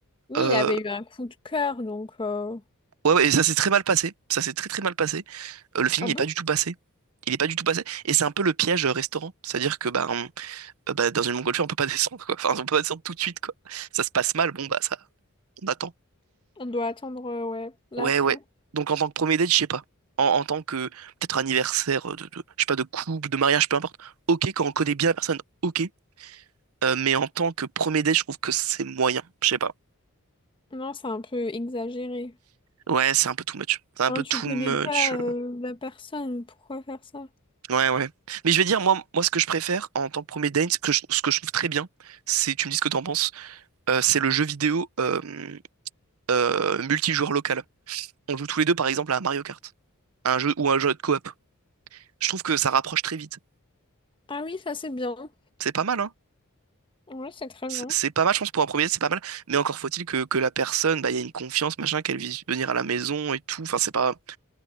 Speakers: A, on the left; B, on the right.
A: Oui,
B: Euh,
A: il avait eu un coup de cœur, donc... euh,
B: Ouais, ouais, et ça s'est très mal passé. Ça s'est très très mal passé. Euh, le film
A: Ah
B: n'est
A: bon?
B: pas du tout passé. Il n'est pas du tout passé. Et c'est un peu le piège euh, restaurant. C'est-à-dire que bah, on- euh, bah, dans une montgolfière, on peut pas <laughs> descendre, quoi. Enfin, on peut pas descendre tout de suite, quoi. Ça se passe mal, bon, bah ça, on attend.
A: On doit attendre, euh, ouais, la
B: Ouais,
A: fin.
B: ouais. Donc en tant que premier date, je sais pas. En, en tant que peut-être anniversaire euh, de, de- je sais pas, de couple, de mariage, peu importe. Ok, quand on connaît bien la personne, ok. Euh, mais en tant que premier date, je trouve que c'est moyen. Je sais pas.
A: Non, c'est un peu exagéré.
B: Ouais, c'est un peu too much. C'est un
A: Hein,
B: peu
A: tu
B: too
A: connais
B: much.
A: pas euh, la personne, pourquoi faire ça?
B: Ouais, ouais. Mais je vais dire, moi, moi, ce que je préfère en tant que premier date, ce que je, ce que je trouve très bien, c'est, tu me dis ce que t'en penses, euh, c'est le jeu vidéo euh, euh, multijoueur local. On joue tous les deux, par exemple, à Mario Kart, un jeu ou un jeu de coop. Je trouve que ça rapproche très vite.
A: Ah oui, ça c'est bien.
B: C'est pas mal, hein?
A: Oui, c'est très
B: C'est
A: bien.
B: c'est pas mal, je pense, pour un premier date, c'est pas mal. Mais encore faut-il que, que la personne, bah, il y ait une confiance, machin, qu'elle vise venir à la maison et tout. Enfin, c'est pas,